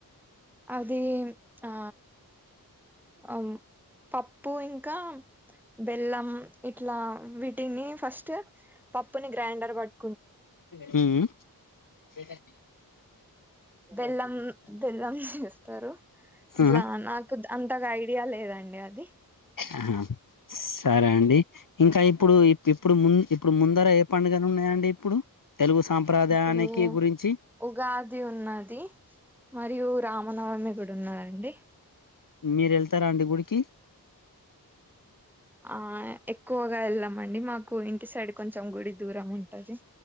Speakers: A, in the centre; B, on the left (about 60°).
A: అది ఆ, ఔను పప్పు ఇంకా మ్ బెల్లం ఇట్లా, మ్ వీటిని ఫస్ట్ పప్పుని గ్రైండర్ పట్
B: హ్మ్ మ్
A: బెల్లం బెల్లం చేస్తారు ఇట్లా
B: ఆహా
A: నాకుద్ద అంతగా ఐడ్ ఇవాళ లేదండి అది
B: ఆహా సరే అండి ఇంకా ఇప్పుడు ఇప్పుడు ము ఇప్పుడు ముందర ఏ పండుగను ఉన్నాయండి ఇప్పుడు తెలుగు సాంప్రదాయానికి
A: ఇప్పుడు
B: గురించి
A: ఉగాది ఉన్నది మరియు రాం మీ నవమి కూడా ఉన్నదండి
B: మీరెళ్తారా అండి గుడికి
A: ఆయ్ ఎక్కు గా ఎళ్ళం అండి మాకు ఇంటి సైడ్ కొంచెం గుడి దూరం ఉంటది